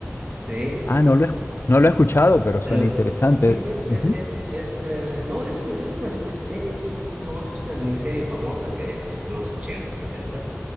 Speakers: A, on the right; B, on the left.
A: sí,
B: Ah, no lo he, no lo he escuchado, pero
A: Pero
B: suena interesante.
A: es, es, es,
B: Ujú.
A: es, es, eh, no, es, un- es una es serie, es una cosa famosa, es una miniserie famosa que se filmó en los 80, 70.